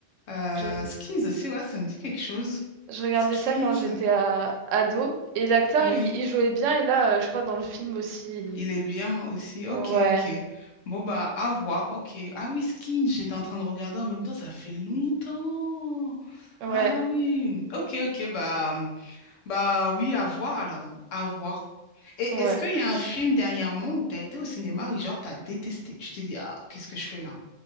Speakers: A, on the left; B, on the right.
A: Euh,
B: Je,
A: Skins aussi, ouais, ça me dit quelque chose.
B: je regardais
A: Skins.
B: ça quand j'étais à... ado. Et l'acteur,
A: Oui,
B: il... il jouait bien. Et là, euh, je crois, dans le film aussi. il-
A: il est bien aussi.
B: Ouais,
A: Ok, ok. Bon, bah, à voir. Ok. Ah oui, Skins, j'étais en train de regarder en même temps, ça fait longtemps.
B: ouais.
A: Ah oui. Ok, ok, bah. Bah oui, à voir alors, à voir. Et
B: Ouais.
A: est-ce qu'il y a un film dernièrement où tu as été au cinéma et genre t'as détesté? Tu t'es dit, ah, qu'est-ce que je fais là?